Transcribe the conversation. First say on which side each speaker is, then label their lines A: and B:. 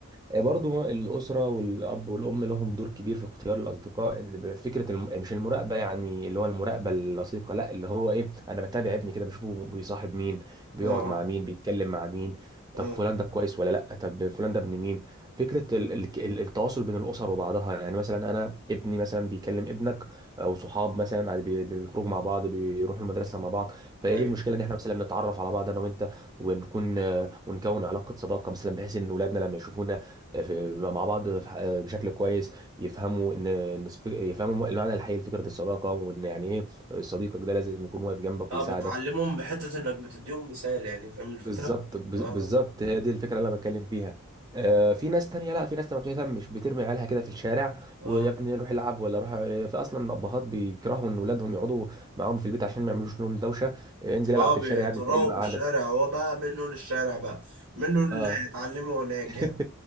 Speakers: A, on the right; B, on the right.
A: آه، برضو الأسرة والأب والأم لهم دور كبير في اختيار الأصدقاء اللي بيبقى فكرة الم... مش المراقبة يعني اللي هو المراقبة اللصيقة لا اللي هو إيه أنا بتابع ابني كده بشوفه بيصاحب مين بيقعد
B: اه
A: مع مين بيتكلم مع مين طب
B: اه
A: فلان ده كويس ولا لا طب فلان ده ابن مين فكرة ال... ال... ال- التواصل بين الأسر وبعضها يعني مثلا أنا ابني مثلا بيكلم ابنك أو صحاب مثلا عاد بي... بيخرجوا مع بعض بيروحوا المدرسة مع بعض فإيه
B: اه ايوه
A: المشكلة إن إحنا مثلا نتعرف على بعض أنا وأنت ونكون ونكون علاقة صداقة مثلا بحيث إن ولادنا لما يشوفونا في- مع بعض في ح- بشكل كويس يفهموا ان إن السف- يفهموا المعنى الحقيقي لفكره الصداقه وان يعني ايه صديقك ده لازم يكون واقف جنبك
B: اه
A: ويساعدك
B: بتعلمهم بحته انك بتديهم مثال يعني فاهم الفكره
A: بالظبط بز-
B: اه
A: بالظبط هي دي الفكره اللي انا بتكلم فيها آه، في ناس تانية لا في ناس ما بتهتمش بترمي عيالها كده في الشارع
B: اه
A: ويا ابني روح العب ولا روح آه، في اصلا الابهات بيكرهوا ان اولادهم يقعدوا معاهم في البيت عشان ما يعملوش لهم دوشه آه، انزل
B: اه
A: العب في
B: بيطلعوا
A: الشارع يا ابني انت ايه اللي مقعدك
B: في الشارع هو بقى منه للشارع بقى منه اللي
A: اه
B: هيتعلمه هناك
A: <laughs>
B: يعني